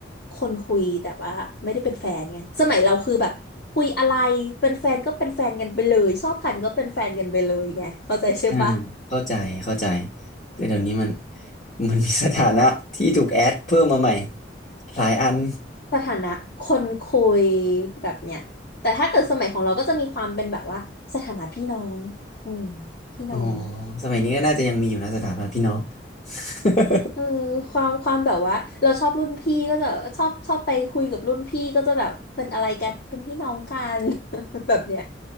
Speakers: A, on the left (about 60°); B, on the left (about 40°).
A: คนคุยแต่ว่าไม่ได้เป็นแฟนไงสมัยเราคือแบบคุยอะไรเป็นแฟนก็เป็นแฟนกันไปเลย ชอบกันก็เป็นแฟนกันไปเลยไงเข้าใจใช่ปะ
B: อืม <laughs> เข้าใจเข้าใจแต่เดี๋ยวนี้มันมันมีสถานะที่ถูกแอดเพิ่มมาใหม่หลายอัน
A: สถานะคนคุยแบบเนี้ยแต่ถ้าเกิดสมัยของเราก็จะมีความเป็นแบบว่าสถานะพี่น้องอืมพี่น้อง
B: อ๋อสมัยนี้ก็น่าจะยังมีอยู่นะสถาบันะพี่น้อง <laughs>
A: เออความความแบบว่าเราชอบรุ่นพี่ก็จะชอบชอบไปคุยกับรุ่นพี่ก็จะแบบเป็นอะไรกันเป็นพี่น้องกัน <laughs> แบบเนี้ย